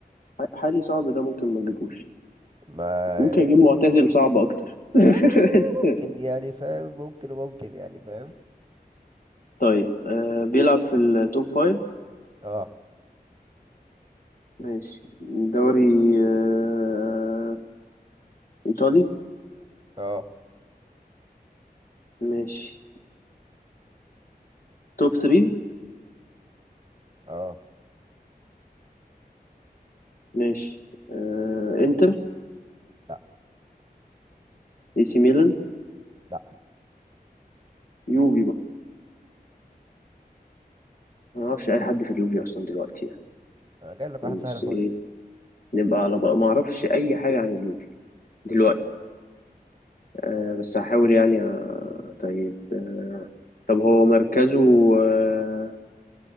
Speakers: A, on the left; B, on the right.
A: ح- حالي صعب ده ممكن ما نجيبوش
B: ما
A: ممكن اجيب معتزل صعب اكتر
B: آه،
A: <laughs> بس
B: ممكن يعني فاهم ممكن وممكن يعني فاهم
A: طيب آه بيلعب في التوب فايف
B: اه
A: ماشي دوري آه ايطالي
B: اه
A: ماشي توب 3
B: اه
A: ماشي آه انتر
B: لا
A: اي سي ميلان
B: لا
A: يوفي بقى ما اعرفش اي حد في اليوفي اصلا دلوقتي
B: انا جايب لك واحد
A: يعني
B: سهل
A: بس
B: خالص
A: ايه نبقى على بقى ما اعرفش اي حاجه عن اليوفي دلوقتي آه بس هحاول يعني آه طيب آه طب هو مركزه آه